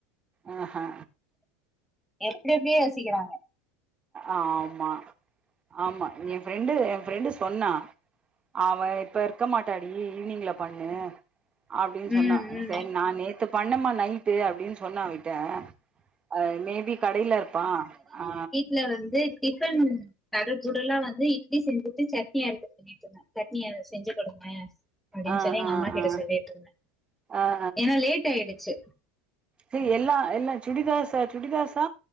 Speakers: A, on the right; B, in the centre.
A: ஆ
B: எப்டி எப்டியே யோசிக்கிறாங்க
A: ஆமா ஆமா எய ஃப்ரெண்டு எய ஃப்ரெண்டு சொன்னா அவ இப்ப இருக்க மாட்டாடி ஈவினிங்ல பண்ணு அப்டின்னு
B: உம்
A: சொன்னா
B: உம்
A: சேரி நா நேத்து பண்ணமா நைட்டு அப்டின்னு சொன்னாட் ட அ மேபி கடையில இருப்பா ஆ
B: ல வந்து டிஃபன் தடபுடல்லா வந்து இட்லி செஞ்சுட்டு சட்னி அரைக்க சொல்லிட்டு இருந்த சட்னி எனக்கு செஞ்சு குடுங்க அப்டின்னு
A: ஆ
B: சொல்லி எங்க
A: ஆ
B: அம்மா கிட்ட
A: ஆ
B: சொல்லிட்டுருந்த
A: ஆ
B: ஏன்னா லேட் ஆயிடுச்சு
A: சேரி எல்லா எல்லா சுடிதாசா சுடிதாஸா